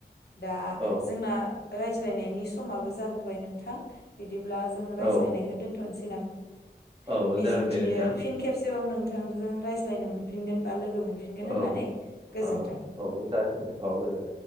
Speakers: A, on the left; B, on the right.
A: दा
B: औ
A: जोंना रायज्लायनायनि समाबो जाबोबाय नोंथां बिद बिदिब्ला जों रायज्लायनायखौ
B: औ
A: दोन्थ'नोस
B: औ
A: <unintelligible> मिजिंथियो
B: जागोन दे नोंथां
A: फिन खेबस जेराव नोंथांजों रायज्लायनो मोनफिनगोन बा लोग गो मोनफिनगोन होननानै
B: औ
A: गोजोन्थों।
B: औ औ जासिगोन दे औ गोजोन